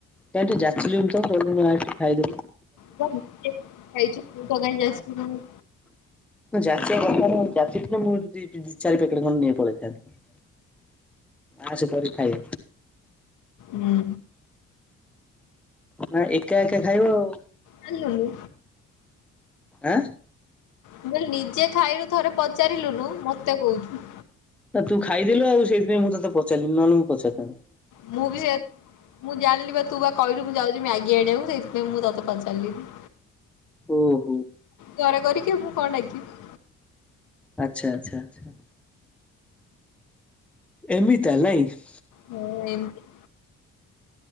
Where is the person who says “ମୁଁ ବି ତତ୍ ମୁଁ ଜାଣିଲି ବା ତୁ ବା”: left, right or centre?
Left